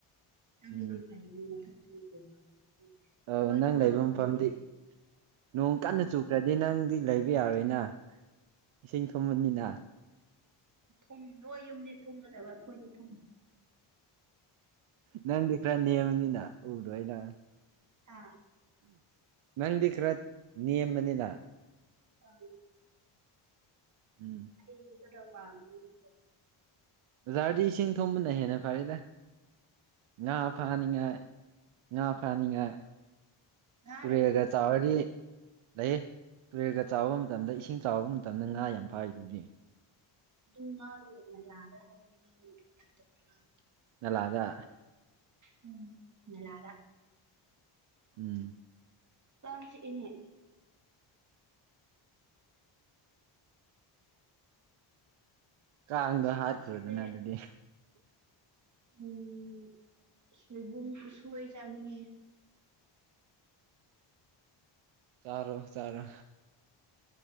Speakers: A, on the right; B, on the right.
A: ꯅꯪꯒꯤꯗꯤ
B: ꯎꯝ
A: ꯐꯩꯅꯦ ꯃꯊꯛꯇꯒꯤ ꯀꯣꯜ ꯇꯧꯔꯛꯑꯗꯤ
B: ꯑꯧ
A: ꯑꯈꯣꯏꯗꯤ
B: ꯅꯪ
A: ꯇꯧꯔꯛꯇꯦꯅꯦ
B: ꯂꯩꯕ ꯃꯐꯝꯗꯤ ꯅꯣꯡ ꯀꯟꯅ ꯆꯨꯈ꯭ꯔꯗꯤ ꯅꯪꯗꯤ ꯂꯩꯕ ꯌꯥꯔꯣꯏꯅ ꯏꯁꯤꯡ ꯊꯨꯝꯕꯅꯤꯅ
A: ꯊꯨꯝ ꯅꯣꯏ ꯌꯨꯝꯗꯤ ꯊꯨꯝꯒꯗꯕ ꯑꯩꯈꯣꯏꯗꯤ ꯊꯨꯝ
B: ꯅꯪꯗꯤ ꯈꯔ ꯅꯦꯝꯕꯅꯤꯅ ꯎꯔꯣ ꯑꯩꯅ
A: ꯍꯥꯥ
B: ꯅꯪꯗꯤ ꯈꯔ ꯅꯦꯝꯕꯅꯤꯅ
A: ꯑ
B: ꯎꯝ
A: ꯍꯩꯗꯤ ꯈꯔ ꯄꯥꯝꯕꯅꯤꯅꯀꯣ
B: ꯕꯖꯥꯔꯗꯤ ꯏꯁꯤꯡ ꯊꯨꯝꯕꯅ ꯍꯦꯟꯅ ꯐꯔꯦꯗ ꯉꯥ
A: ꯀꯔꯤꯒꯤ
B: ꯐꯥꯅꯤꯡꯉꯥꯏ ꯉꯥ ꯐꯅꯤꯉꯥꯏ
A: ꯉꯥ
B: ꯇꯔꯦꯜꯒ
A: ꯂꯩꯇꯦ
B: ꯆꯥꯎꯔꯗꯤ ꯂꯩꯌꯦ ꯇꯨꯔꯦꯜꯒ ꯆꯥꯎꯕ ꯃꯇꯝꯗ ꯏꯁꯤꯡ ꯆꯥꯎꯕ ꯃꯇꯝꯗ ꯉꯥ ꯌꯥꯝ ꯐꯥꯔꯤꯗꯨꯗꯤ
A: ꯑꯗꯨꯝ ꯉꯥꯂꯨꯗꯅ ꯂꯥꯛꯑ꯭ꯔ ꯍꯧ ꯉꯥ ꯐꯠꯇꯕꯅꯤ ꯉꯥꯂ
B: ꯅꯂꯥꯒ
A: ꯎꯝ ꯅꯂꯥꯗ
B: ꯎꯝ
A: ꯀꯥꯡ ꯆꯤꯛꯏꯅꯦ
B: ꯀꯥꯡꯗꯣ
A: ꯅꯨꯡꯁꯤꯠ
B: ꯍꯥꯠꯈ꯭ꯔꯣꯗꯅ
A: ꯁꯨ ꯁꯤꯠꯂꯦ
B: ꯑꯗꯨꯗꯤ
A: ꯎꯝ ꯁꯦꯒꯨꯝ ꯎꯁꯣꯏ ꯆꯥꯅꯤꯡꯉꯦ
B: ꯆꯥꯔꯣ ꯆꯥꯔꯣ